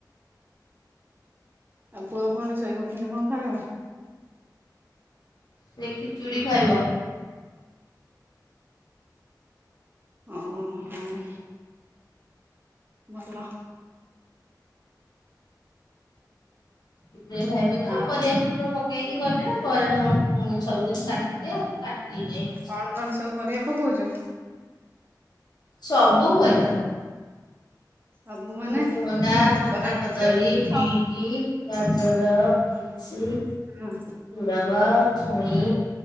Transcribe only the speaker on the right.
ଆଉ ପୁଅ ଫୁଣି ଶୋଇକି ଉଠିନେ କଁ ଖାଇବ?
ଅଁ ହଁ। ଭଲ।
ଆଉ
କଣ କଣ ସବୁ ପରିବା ପକଉଚ?
ସବୁ ମାନେ
ତଥାପି ଥିବ
ନା
କିଛି ଗୋଟେ
ହଁ।